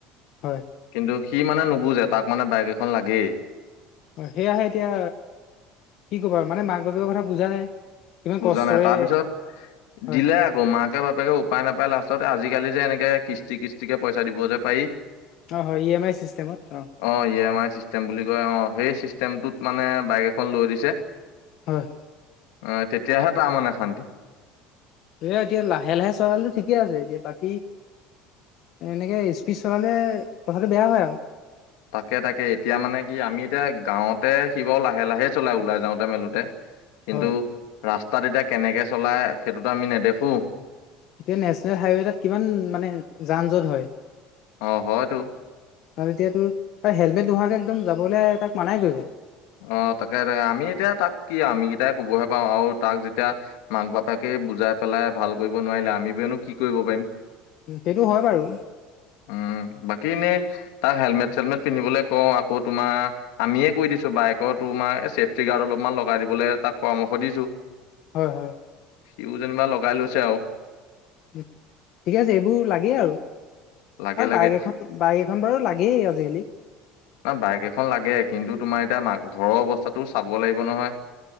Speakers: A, on the left; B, on the left.
A: হয়।
B: কিন্তু সি মানে নুবুজে তাক মানে বাইক এখন লাগেই।
A: অ সেয়াহে এতিয়া কি ক'বা আৰু মানে মাক বাপেকৰ কথা বুজা নাই। কিমান
B: বুজা
A: কষ্টৰে
B: নাই তাৰপিছত
A: হয়।
B: দিলে, ত মাকে বাপেকে উপায় নাপায় লাষ্টতে আজিকালি যে এনেকে কিস্তি কিস্তিকে পইচা দিব যে পাৰি।
A: অ হয় ই এম আই চিষ্টেমত অ।
B: অ ই এম আই চিষ্টেম বুলি কয় অ সেই চিষ্টেমটোত মানে বাইক এখন লৈ দিছে।
A: হয়।
B: অ তেতিয়াহে তাৰমানে শান্তি।
A: এ এতিয়া লাহে লাহে চলালেটো ঠিকে আছে এতিয়া বাকী। এনেকে স্পীড চলালে কথাটো বেয়া হয় আও।
B: তাকে-তাকে এতিয়া মানে কি আমি এতিয়া গাঁওতে সিবাৰো লাহে -লাহে চলাই ওলাই যাওঁতে মেলোতে। কিন্তু
A: হয়
B: ৰাস্তাত এতিয়া কেনেকে চলাই সেইটোতো আমি নেদেখো।
A: এতিয়া নেচনেল হাইৱেদত কিমান মানে যান জট হয়
B: অ হয়তো
A: আৰু এতিয়া তোৰ এ হেলমেট নোহোৱাকে একদম যাবলে তাক মানাই কৰিবা।
B: অ, তাকে -তাকে আমি এতিয়া তাক কি আমি কেইটাই ক'বহে পাৰোঁ আৰু তাক যেতিয়া মাক, বাপাকে বুজাই পেলাই ভাল কৰিব নোৱাৰিলে আমিবোৰেনো কি কৰিব পাৰিম।
A: উম, সেইটো হয় বাৰু।
B: উম, বাকী এনেই তাক হেলমেট- চেলমেট পিন্ধিবলৈ কওঁ আকৌ তোমাৰ আমিয়ে কৈ দিছোঁ বাইকত তোমাৰ এই চেফটি গাৰ্ড অলপমান লগাই দিবলে তাক পৰামৰ্শ দিছোঁ।
A: হয়-হয়।
B: সিও যেনিবা লগাই লৈছে আওঁ
A: হম, ঠিকে আছে এইবোৰ লাগেই আৰু
B: লাগে
A: <unintelligible>
B: লাগে
A: বাইক এখন বাইক এখন বাইক এখন বাৰু লাগেই আজিকালি।
B: অ, বাইক এখন লাগে কিন্তু তোমাৰ এতিয়া মা ঘৰৰ অৱস্থাটো চাব লাগিব নহয়।